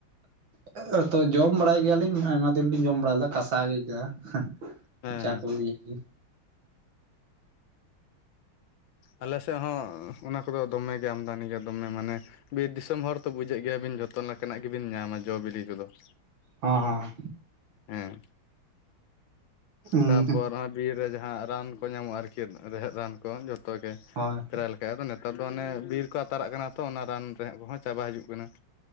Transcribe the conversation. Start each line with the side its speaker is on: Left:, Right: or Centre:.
Right: <unintelligible> ᱛᱚ ᱡᱚᱢ ᱵᱟᱲᱟᱭ ᱜᱮᱭᱟᱞᱤᱧ ᱟᱭᱢᱟ ᱫᱤᱱ ᱞᱤᱧ ᱡᱚᱢ ᱵᱟᱲᱟ ᱞᱮᱫᱟ ᱠᱟᱥᱟ ᱜᱮ ᱟᱹᱭᱠᱟᱹᱜᱼᱟ᱾
Left: ᱦᱮᱸ
Right: ᱢᱚᱪᱟ
Left: ᱦᱮᱸ᱾
Right: ᱠᱚ ᱤᱭᱟᱹ ᱜᱮ
Left: ᱟᱞᱮ ᱥᱮᱜ ᱦᱚᱸ ᱚᱱᱟ ᱠᱚᱫᱚ ᱫᱚᱢᱮ ᱜᱮ ᱟᱢᱫᱟᱱᱤ ᱜᱮ ᱫᱚᱢᱮ ᱢᱟᱱᱮ ᱵᱤᱨ ᱫᱤᱥᱚᱢ ᱦᱚᱲ ᱛᱚ ᱵᱩᱡᱮᱜ ᱜᱮᱭᱟᱵᱤᱱ ᱡᱷᱚᱛᱚ ᱱᱟᱠᱟᱱᱟᱜ ᱜᱮᱵᱤᱱ ᱧᱟᱢᱟ ᱡᱚᱼ ᱵᱤᱞᱤ ᱠᱚᱫᱚ ᱾
Right: ᱦᱟᱸ ᱦᱟᱸ᱾
Left: ᱦᱮᱸ
Right: ᱦᱚᱸ
Left: ᱛᱟᱯᱚᱨ ᱚᱸ ᱵᱤᱨ ᱨᱮ ᱡᱟᱦᱟᱸ ᱨᱟᱱ ᱠᱚ ᱧᱟᱢᱚᱜᱼᱟ ᱟᱨᱠᱤ ᱨᱮᱦᱮᱫ ᱨᱟᱱ ᱠᱚ ᱡᱷᱚᱛᱚ ᱜᱮ,
Right: ᱦᱳᱭ᱾
Left: ᱯᱨᱟᱭ ᱞᱮᱠᱟ ᱟᱫᱚ ᱱᱮᱛᱟᱨ ᱫᱚ ᱚᱱᱮ ᱵᱤᱨ ᱠᱚ ᱟᱛᱟᱨᱟᱜ ᱠᱟᱱᱟ ᱛᱚ ᱚᱱᱟ ᱨᱟᱱ ᱨᱮᱦᱮᱜ ᱠᱚᱦᱚᱸ ᱪᱟᱵᱟ ᱦᱤᱡᱩᱜ ᱠᱟᱱᱟ ᱾